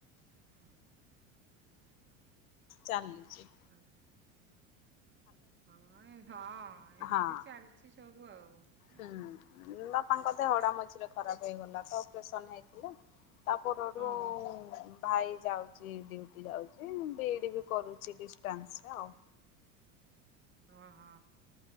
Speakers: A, on the right; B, on the left.
A: ହଁ।
B: ଚାଲିଚି।
A: ହଁ ହଁ ହଁ ଏମିତି
B: ହଁ
A: ଚାଲ ଛି ସବୁ ଆଉ।
B: ହୁଁ ବାପାଙ୍କ ଦେହଟା ମଝିରେ ଖରାପ ହେଇଗଲା ତ ଅପରେସନ ହେଇଥିଲେ। ତାପରଠୁ
A: ହଁ ହଁ
B: ଭାଇ ଯାଉଚି ଡିୟୁଟି ଯାଉଚି ଵିଇ ଡି ବି କରୁଛି ଡିଷ୍ଟାନ୍ସରେ ଆଉ।
A: ହଁ ହଁ